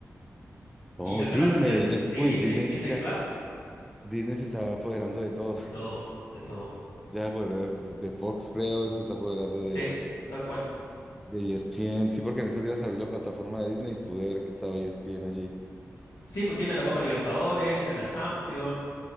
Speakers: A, in the centre; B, on the left (about 75°).
A: Oh,
B: Y el
A: Disney.
B: canal, de- y el-
A: Es,
B: sí,
A: uy,
B: Disney,
A: Disney
B: Disney
A: sí se,
B: Plus,
A: ha- Disney se está apoderando de todo.
B: de
A: <laughs>
B: todo, de todo.
A: Ya se apoderó de, pues, de Fox, creo, se está apoderando de,
B: Sí, tal cual.
A: de ESPN. Sí, porque en estos días abrí la plataforma de Disney y pude ver que estaba ESPN allí.
B: Sí, pues tienen la Copa Libertadores, tienen la Champions,